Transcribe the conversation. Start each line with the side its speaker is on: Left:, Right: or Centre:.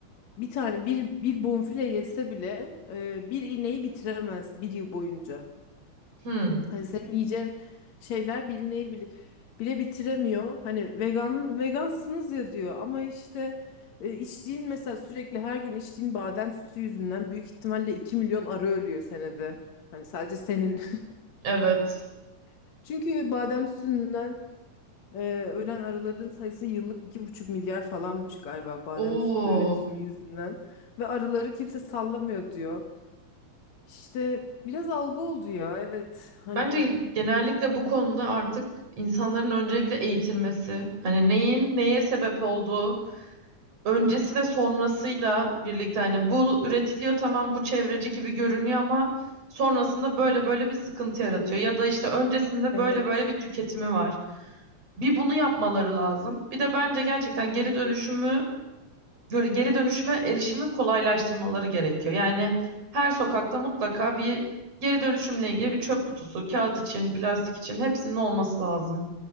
Left: bir tane bir, bir bonfile yese bile e, bir ineği bitiremez bir yıl boyunca.
Right: Hmm,
Left: Hani senin yiyeceğin şeyler bilineyi bile, bile bitiremiyor. Hani vegan vegansınız ya diyor ama işte e, içtiğin mesela sürekli her gün içtiğin badem sütü yüzünden büyük ihtimalle 2 milyon arı ölüyor senede. Hani sadece senin.
Right: evet.
Left: <laughs> Çünkü badem sütünden e, ölen arıların sayısı yıllık iki buçuk milyar falanmış galiba badem
Right: Oo.
Left: sütü üretimi yüzünden. Ve arıları kimse sallamıyor diyor. İşte biraz algı oldu ya evet. Hani
Right: Bence genellikle bu konuda artık insanların öncelikle eğitilmesi, hani neyin neye sebep olduğu öncesi ve sonrasıyla birlikte hani bu üretiliyor tamam bu çevreci gibi görünüyor ama sonrasında böyle böyle bir sıkıntı yaratıyor ya da işte öncesinde
Left: evet.
Right: böyle böyle bir tüketimi var. Bir bunu yapmaları lazım. Bir de bence gerçekten geri dönüşümü gö- geri dönüşüme erişimi kolaylaştırmaları gerekiyor. Yani her sokakta mutlaka bir geri dönüşümle ilgili bir çöp kutusu, kağıt için, plastik için hepsinin olması lazım.